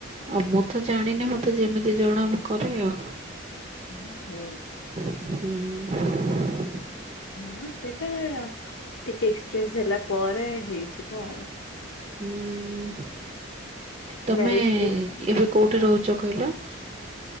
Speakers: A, on the right; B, on the left.
A: ଆଉ ମୁଁ ତ ଜାଣିନି ମତେ ଯେମିତି ଜଣା ମୁଁ କରେ ଆଉ
B: ହ ହୁଁ
A: ହୁଁ
B: ହଁ ସେଇଟା ଟିକେ ଏକ୍ସପିରିଏନ୍ସ ହେଲା ପରେ ହେଇଯିବ ଆଉ
A: ହୁଁ ତମେ
B: ମ୍ୟାରେଜ ପୂର୍ବରୁ
A: ଏବେ କୋଉଠି
B: ହଁ
A: ରହୁଛ କହିଲ? <unintelligible>